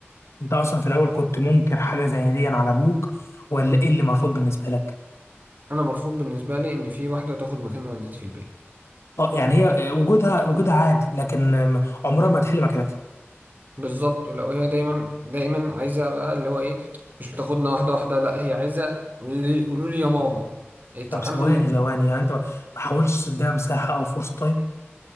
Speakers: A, on the left; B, on the right.
A: انت اصلا في الاول كنت منكر حاجه زي دي على ابوك ولا ايه اللي مرفوض بالنسبه لك
B: انا مرفوض بالنسبه لي ان في واحده تاخد مكان والدتي في البيت
A: اه يعني هي آه، وجودها وجودها عادي لكن م- عمرها ما تحل مكانتها
B: بالظبط ولو هي دايما دايما عايزه بقى اللي هو ايه مش بتاخدنا واحده واحده لا هي عايزه قولوا لي قولوا لي يا ماما اتعامل
A: طب ثواني ثواني يعني انت ما ما حاولتش تديها مساحه او فرصه طيب